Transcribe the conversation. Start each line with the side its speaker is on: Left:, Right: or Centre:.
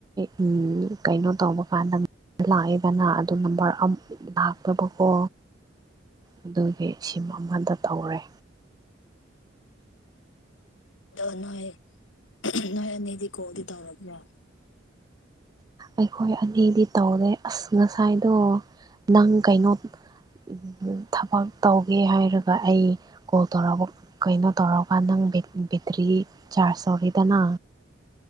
Right: ꯎꯝ ꯀꯩꯅꯣ ꯇꯧꯕ ꯀꯥꯟꯗ ꯂꯥꯛꯑꯦꯗꯅ ꯑꯗꯨ ꯅꯝꯕꯔ ꯑꯃ ꯂꯥꯛꯇꯕꯀꯣ ꯑꯗꯨꯒꯤ ꯁꯤꯝ ꯑꯃꯗ ꯇꯧꯔꯦ
Left: ꯑꯗꯣ ꯅꯣꯏ ꯅꯣꯏ ꯑꯅꯤꯗꯤ ꯀꯣꯜꯗꯤ ꯇꯧꯔꯕ꯭ꯔꯣ
Right: ꯑꯩꯈꯣꯏ ꯑꯅꯤꯗꯤ ꯇꯧꯔꯦ ꯑꯁ ꯉꯁꯥꯏꯗꯣ ꯅꯪ ꯀꯩꯅꯣ ꯎꯝ ꯊꯕꯛ ꯇꯧꯒꯦ ꯍꯥꯏꯔꯒ ꯑꯩ ꯀꯣꯜ ꯇꯧꯔꯛꯕ ꯀꯩꯅꯣ ꯇꯧꯔꯛꯑꯀꯥꯟ ꯅꯪ ꯕꯦ ꯕꯦꯇ꯭ꯔꯤ ꯆꯥꯔꯖ ꯇꯧꯔꯤꯗꯅ